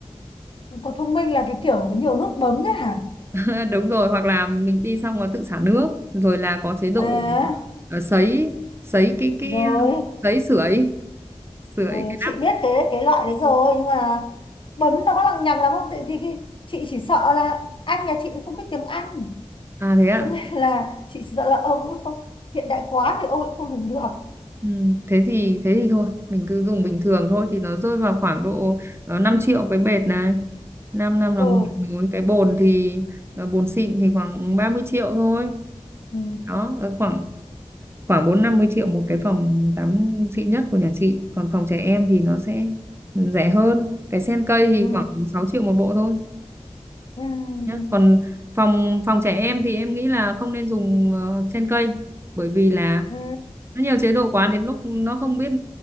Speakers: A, on the left; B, on the right.
A: có thông minh là cái kiểu có nhiều nút bấm đấy hả
B: <laughs> đúng rồi hoặc là mình đi xong nó tự xả nước rồi là có chế độ
A: à
B: ờ, sấy sấy cái cái
A: rồi
B: ờ, sấy sưởi sưởi
A: ừ,
B: cái
A: chị
B: nắp
A: biết cái cái loại đấy rồi nhưng mà bấm nó có lằng nhằng lắm không tại vì cái, chị chỉ sợ là anh nhà chị không biết tiếng Anh
B: à thế ạ
A: cho nên là chị chỉ sợ là ông ấy không hiện đại quá thì ông lại không dùng được
B: ừ, thế thì thế thì thôi mình cứ dùng bình thường thôi thì nó rơi vào khoảng độ ờ, 5 triệu cái bệt này 5 năm là
A: ừ,
B: 10 múi cái bồn thì ờ, bồn xịn thì khoảng 30 triệu thôi
A: ừ.
B: đó ờ, khoảng khoảng bốn năm mươi triệu một cái phòng tắm xịn nhất của nhà chị còn phòng trẻ em thì nó sẽ rẻ hơn cái sen cây thì
A: ừ.
B: khoảng 6 triệu một bộ thôi
A: ừ
B: nhá còn phòng phòng trẻ em thì em nghĩ là không nên dùng ờ, sen cây bởi vì là
A: ừ
B: nó nhiều chế độ quá đến lúc nó không biết